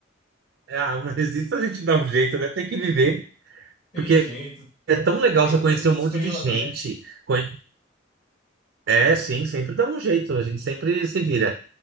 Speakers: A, on the right; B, on the left.
A: É, Ah, mas isso a gente dá um jeito, né? Tem que viver.
B: Tem
A: Porque
B: jeito.
A: é tão
B: Sempre
A: legal
B: tem
A: você conhecer
B: uns
A: um monte
B: freela
A: de gente.
B: também.
A: Conhe- É, sim, sempre dá um jeito, a gente sempre se vira.